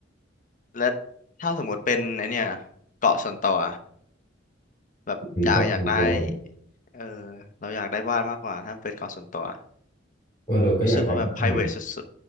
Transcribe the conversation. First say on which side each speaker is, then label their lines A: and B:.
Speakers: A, on the left (about 45°); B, on the left (about 25°).
A: แล้วถ้าสมมติเป็นไอเนี่ยเกาะส่วนตัวแบบอยากอยากได้
B: มันก็เป็นตัวเนู
A: เออเราอยากได้บ้านมากกว่าถ้าเป็นเกาะส่วนตัว
B: ว่าเราก็อยากได้บ้านเหมือนกัน
A: รู้สึกว่าแบบ private สุด